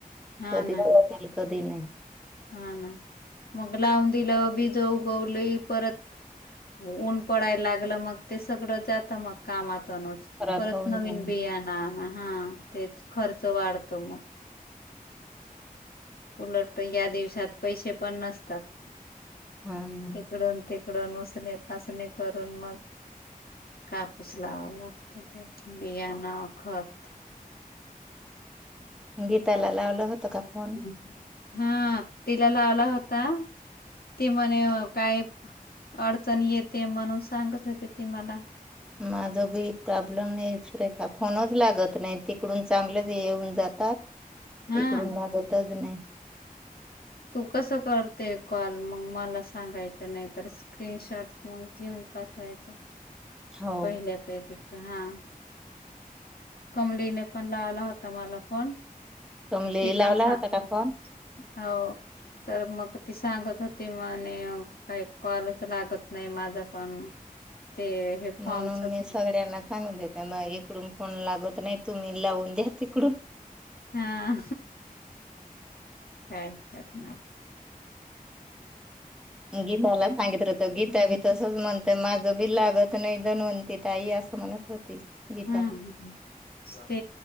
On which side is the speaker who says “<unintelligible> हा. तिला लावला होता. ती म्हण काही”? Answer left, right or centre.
Left